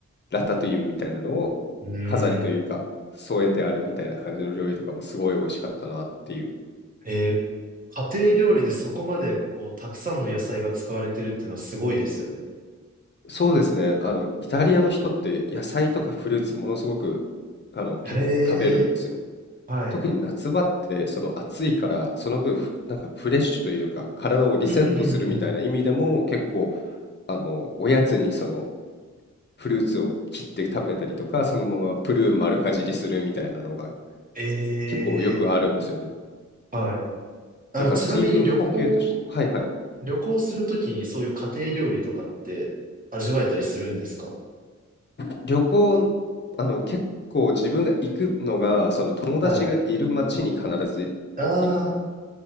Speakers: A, on the left; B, on the right.
A: ラタトゥイユみたいなのを飾りというか添えてあるみたいな感じの料理とかもすごい美味しかったなっていう。
B: ん。うーん。えー家庭料理でそこまで、こう、たくさんの野菜が使われてるっていうのはすごいですよね。
A: そうですね。あの、イタリアの人って野菜とかフルーツものすごく、あの、結構食べるんですよ。
B: へえ、はい。
A: 特に夏場ってその暑いからその分ふなんかフレッシュというか体をリセットするみたいな意味でも結構
B: うんうんうん。
A: あのおやつにそのフルーツを切って食べたりとかそのままプルーン丸かじりするみたいなのが
B: ええ、
A: 結構よくあるんですよね
B: はい。あの、
A: だから水分補給としてはいはい
B: ちなみに旅行、旅行するときにそういう家庭料理とかって味わえたりするんですか
A: 旅行、あの、結構自分が行くのが、その友達がいる町に必ず行
B: はい。あ